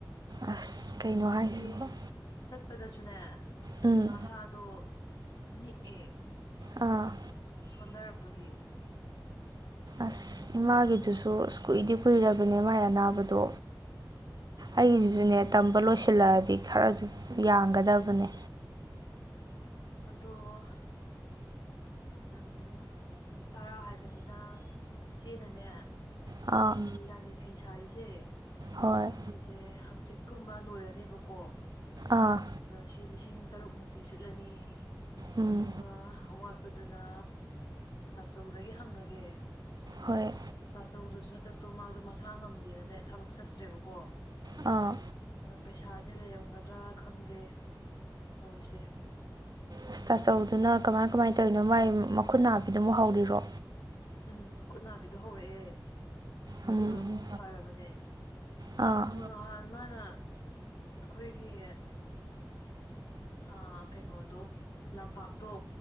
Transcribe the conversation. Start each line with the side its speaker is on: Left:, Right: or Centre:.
Right: ꯑꯁ ꯀꯩꯅꯣ
Left: ꯑꯗꯒꯤ
Right: ꯍꯥꯏꯁꯤꯕꯣ
Left: ꯆꯠꯄꯗꯁꯨꯅꯦ
Right: ꯎꯝ
Left: ꯃꯁꯥꯗꯣ ꯅꯤꯛꯑꯦ
Right: ꯑ
Left: ꯁꯣꯟꯗꯔꯛꯄꯒꯤ
Right: ꯑꯁ ꯏꯃꯥꯒꯤꯗꯨꯁꯨ ꯑꯁ ꯀꯨꯏꯗꯤ ꯀꯨꯏꯔꯕꯅꯦ ꯃꯥꯏ ꯑꯅꯥꯕꯗꯣ ꯑꯩꯒꯤꯖꯤꯖꯨꯅꯦ
Left: ꯑꯗꯨꯅꯦ
Right: ꯇꯝꯕ ꯂꯣꯏꯁꯤꯜꯂꯛꯑꯗꯤ ꯈꯔꯖꯨ ꯌꯥꯡꯒꯗꯕꯅꯦ
Left: ꯑꯗꯣ ꯎꯝ ꯇꯔꯥ ꯍꯥꯏꯕꯅꯤꯅ ꯏꯆꯦꯅꯅꯦ
Right: ꯑꯥ
Left: ꯐꯤ ꯔꯥꯅꯤ ꯐꯤ ꯁꯥꯔꯤꯁꯦ
Right: ꯍꯣꯏ
Left: ꯁꯤꯁꯦ ꯍꯪꯆꯤꯠꯀꯨꯝꯕ ꯂꯣꯏꯔꯅꯤꯕꯀꯣ
Right: ꯑꯥ
Left: ꯑꯗꯨꯅ ꯁꯤ ꯂꯤꯁꯤꯡ ꯇꯔꯨꯛꯃꯨꯛꯇꯤ ꯁꯤꯠꯂꯅꯤ
Right: ꯎꯝ
Left: ꯑꯗꯨꯒ ꯑꯋꯥꯠꯄꯗꯨꯅ ꯇꯥꯆꯧꯗꯒꯤ ꯍꯪꯉꯒꯦ
Right: ꯍꯣꯏ
Left: ꯇꯥꯆꯧꯗꯨꯁꯨ ꯍꯟꯗꯛꯇꯣ ꯃꯥꯖꯨ ꯃꯁꯥ ꯉꯝꯗꯦꯅꯅꯦ ꯊꯕꯛ ꯆꯠꯇ꯭ꯔꯦꯕꯀꯣ
Right: ꯑꯥ
Left: ꯑ ꯄꯩꯁꯥꯖꯦ ꯂꯩꯔꯝꯒꯗ꯭ꯔꯥ ꯈꯪꯗꯦ ꯇꯧꯔꯤꯁꯦ
Right: ꯑꯁ ꯇꯥꯥꯆꯧꯗꯨꯅ ꯀꯃꯥꯏ ꯀꯃꯥꯏꯟ ꯇꯧꯔꯤꯅꯣ ꯃꯥꯏ ꯃꯈꯨꯠ ꯅꯥꯕꯤꯗꯣ ꯑꯃꯨꯛ ꯍꯧꯔꯤꯔꯣ
Left: ꯎꯝ ꯃꯈꯨꯠ ꯅꯥꯕꯤꯗꯣ ꯍꯧꯔꯛꯑꯦ
Right: ꯎꯝ
Left: ꯑꯗꯨꯗꯣ ꯑꯃꯨꯛ ꯐꯔꯕꯅꯦ
Right: ꯑꯥ
Left: ꯑꯗꯨ ꯉꯍꯥꯟ ꯃꯥꯅ ꯑꯩꯈꯣꯏꯒꯤ ꯑ ꯀꯩꯅꯣꯗꯣ ꯂꯝꯄꯥꯛꯇꯣ